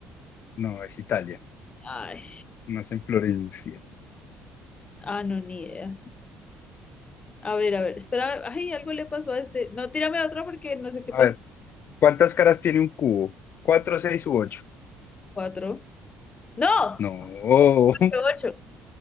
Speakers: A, on the left; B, on the left.
A: No, es Italia.
B: Ay.
A: Nace en Florencia.
B: Ah, no, ni idea. A ver, a ver. Espera. Ay, algo le pasó a este. No, tírame a otro porque no sé qué
A: A
B: pasó.
A: ver, ¿cuántas caras tiene un cubo? ¿Cuatro, seis u ocho?
B: Cuatro. ¡No!
A: No, <laughs>
B: Fue Ocho.